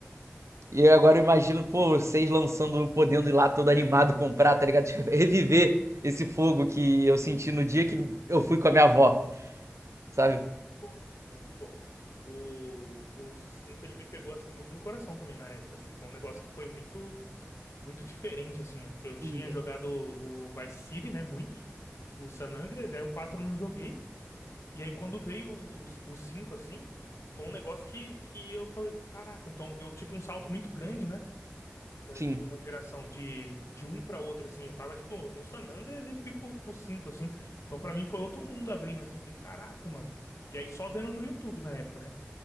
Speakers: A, on the right; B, on the left.
A: e eu agora imagino, pô, vocês lançando, eu podendo ir lá todo animado comprar, tá ligado? <laughs> Tipo, reviver esse fogo que eu senti no dia que eu fui com a minha avó, sabe?
B: Pô, muito louco, mano. O, o 5 ele me pegou, assim, muito no coração também na época, assim. Foi um negócio que foi muito, muito diferente, assim. Eu tinha
A: Uhum.
B: jogado o Vice City, né, muito. O San Andreas, aí o 4 eu não joguei. E aí quando veio o, o 5 assim, foi um negócio que, que eu falei, caraca, então eu tive um salto muito grande, né? da-
A: Sim,
B: de uma geração de, de um pra outro, assim. Eu tava, tipo, no San Andreas e fui pro, pro 5 assim. Então, pra mim, foi outro mundo abrindo, assim. Falei, caraca, mano. E aí, só vendo no YouTube na época, né?